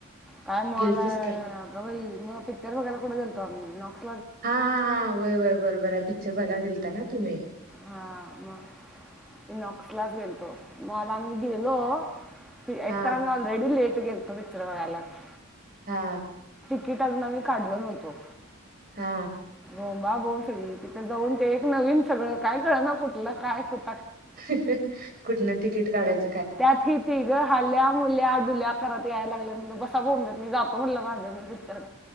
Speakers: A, in the centre; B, on the right (about 45°).
A: काय मॉल
B: गेलतीस
A: हाय
B: काय
A: अग बाई मग पिक्चर बघायला कठे <unintelligible> गेलतो आम्ही नॉक्स
B: हा हा हा वय वय बरोबर आहे पिक्चर बघाला गेलता ना तुम्ही
A: हा मग नॉक्स लाच गेलतो मॉल ला आम्ही गेलो एक
B: हा
A: तर आम्ही ऑलरेडी लेट गेलतो पिक्चर बघायलाच
B: हा
A: तिकीट अजून आम्ही काढलो नव्हतो
B: हा
A: बोबा बोंब सगळी तिथे जाऊन ते एक नवीन सगळं काय कळ ना कुठलं काय कुठ
B: सिकिट <unintelligible> कुठन तिकीट काढायच
A: त्यात हि तिघ हाल्या मुल्या डुल्या करात यायला लागल्यात बसा बोंबलत मी जातो म्हणलं माज मी पिक्चर